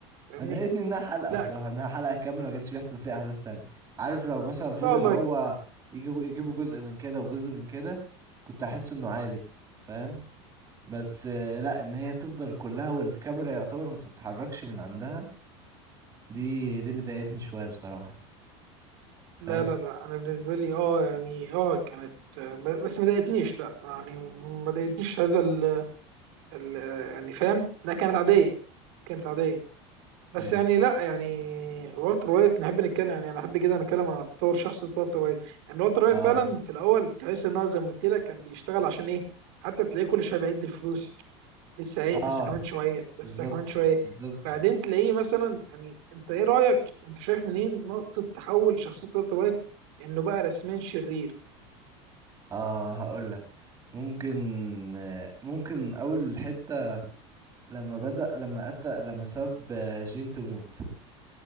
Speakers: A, on the right; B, on the right.
A: فاهمني
B: أنا ضايقتني انها حلقة
A: لا
B: بصراحة انها حلقة كاملة ما كانش بيحصل فيها احداث تانية عارف لو مثلا فضل
A: لا والله
B: هو يجي يجيبوا جزء من كده وجزء من كده كنت احس انه عادي فاهم بس آه، لا ان هي تفضل كلها والكاميرا يعتبر ما تتحركش من عندها دي دي اللي ضايقتني شوية بصراحة فاهم
A: لا لا لا انا بالنسبه لي اه يعني اه كانت آه، بس ما ضايقتنيش لا يعني ما ضايقتنيش هذا ال ال- آه، يعني فاهم لا كانت عاديه كانت عاديه بس
B: ايوه
A: يعني لا يعني والتر وايت نحب نتكلم يعني انا احب كده نتكلم عن تطور شخصيه والتر وايت يعني والتر وايت
B: اه
A: فعلا في الاول تحس ان هو زي ما قلت لك كان بيشتغل عشان ايه حتى تلاقيه كل شويه بيعد الفلوس لسه ايه
B: اه
A: لسه كمان شويه لسه
B: بالظبط
A: كمان شويه
B: بالظبط
A: بعدين تلاقيه مثلا يعني انت ايه رايك انت شايف منين نقطه تحول شخصيه والتر وايت انه بقى رسميا شرير
B: اه هقول لك ممكن آه، ممكن اول حتة لما بدأ لما أتى لما ساب آه، جين تموت